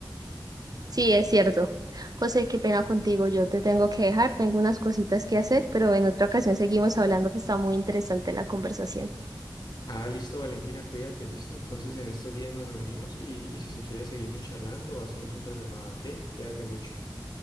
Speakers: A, on the right (about 50°); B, on the left (about 55°).
A: Sí, es cierto. José, qué pena contigo. Yo te tengo que dejar. Tengo unas cositas que hacer, pero en otra ocasión seguimos hablando que está muy interesante la conversación.
B: Ah, listo, Valentina, cuídate, listo. Entonces en estos días nos reunimos y, y si se quiere seguimos charlando o hacemos otra llamada, ¿ok? Cuídate mucho.